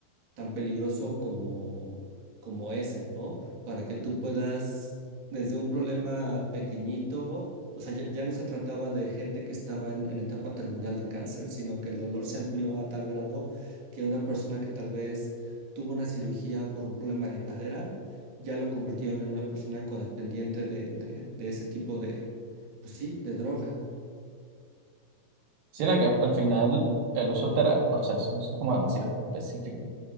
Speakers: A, on the right; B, on the right.
A: tan peligroso como, como ese, ¿no? Para que tú puedas, desde un problema pequeñito, o sea, ya, ya no se trataba de gente que estaba en, en etapa terminal de cáncer, sino que el dolor se amplió a tal grado que una persona que tal vez tuvo una cirugía por un problema de cadera, ya lo convirtieron en una persona codependiente de, de, de ese tipo de, pues sí, de droga.
B: Sino que al final el uso terapéutico, o sea, eso es como demasiado específico.